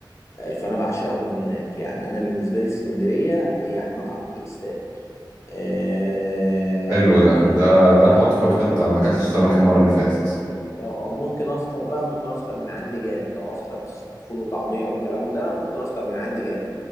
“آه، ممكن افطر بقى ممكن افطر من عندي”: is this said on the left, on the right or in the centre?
Left